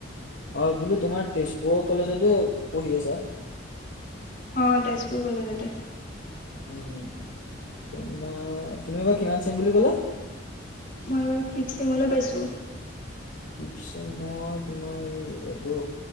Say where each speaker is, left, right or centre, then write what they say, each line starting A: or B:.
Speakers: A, on the left; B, on the left.
A: অঁ বোলো তোমাৰ তেজপুৰৰ কলেজতে পঢ়ি আছা?
B: অঁহ তেজপুৰ কলেজতে।
A: উম উম, তোমাৰ তুমি এইবাৰ কিমান চেম বুলি ক'লা?
B: মই এইবাৰ ফিফ চেমলৈ পাইছো।
A: ফিফ চেমৰ তোমাৰ এই এইটো